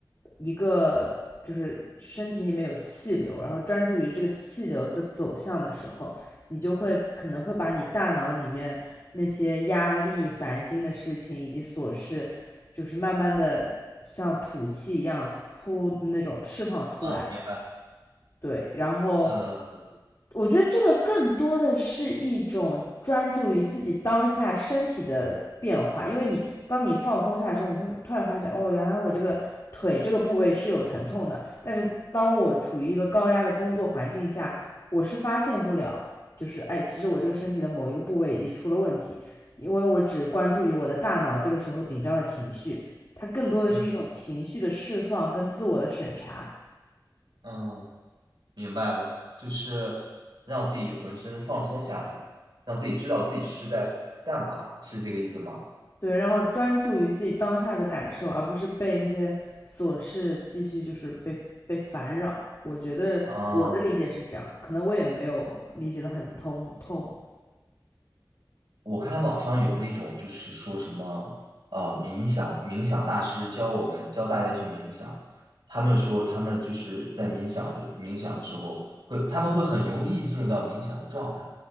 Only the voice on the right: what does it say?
啊，明白。
呃，
嗯嗯，明白了，就是让自己浑身放松下来，让自己知道自己是在干嘛，是这个意思吗？
啊、
我看网上有那种就是说什么呃冥想冥想大师教我们教大家去冥想，他们说他们就是在冥想的冥想的时候会他们会很容易进入到冥想的状态，